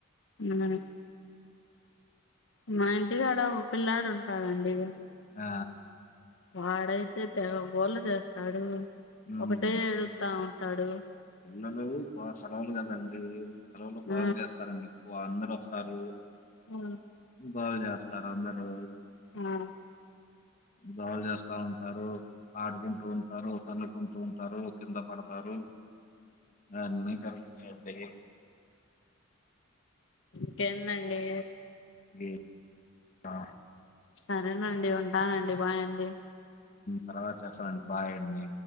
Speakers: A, on the left; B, on the left.
A: ఉ మా ఇంటికాడ ఓ పిల్లాడు ఉంటారండి.
B: ఆ
A: వాడైతే తెగగోళ్ళ చేస్తాడు
B: హ్మ్.
A: ఒకటే ఎడుత్త ఉంటాడు.
B: పిల్లలు బాగా సెలవులు కదండి సెలవులు బాగులు
A: ఆ
B: చేస్తారండి. ఎక్కువ అందరు వస్తారు.
A: ఆ
B: గోల చేస్తారు అందరు
A: ఆ
B: గోల చేస్తా ఉంటారు. ఆడుకుంటూ ఉంటారు. తన్నుకుంటూ ఉంటారు కింద పడతారు ఆన్నీ జరుతాయి అండి
A: ఇంకేందండి
B: ఈ- ఆ,
A: సరేనండి ఉంటానండి భాయ్ అండి
B: తర్వాత చేస్తానండి బాయ్ అండి